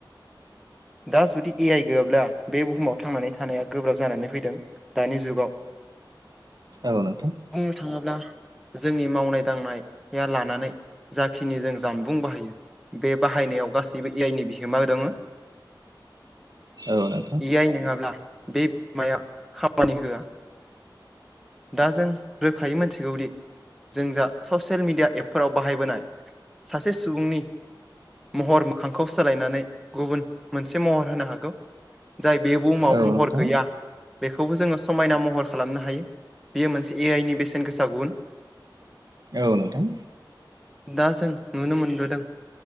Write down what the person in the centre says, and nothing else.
दा जुदि ए आइ गैयाब्ला बे बुहुमाव थांनानै थानाया गोब्राब जानानै फैदों दानि जुगाव
बुंनो थाङोब्ला जोंनि मावनाय दांनाया लानानै जाखिनि जों जानबुं बाहायो बे बाहायनायाव गासैबो ए आइनि बिहोमा दङ
इ आइ नङाब्ला बे बिहोमाया खामानि होआ दा जों रोखायै मोनथिगौदि जों जा ससियेल मिडिया एपफोराव बाहायबोनाय सासे सुबुंनि महर मोखांखौ सोलायनानै गुबुन मोनसे महर होनो हागौ जाय बे बुहुमाव
महर
गैया बेखौबो जोङो समायना महर खालामनो हायो बेयो मोनसे ए आइनि बेसेन गोसा गुन
दा जों नुनो मोनबोदों।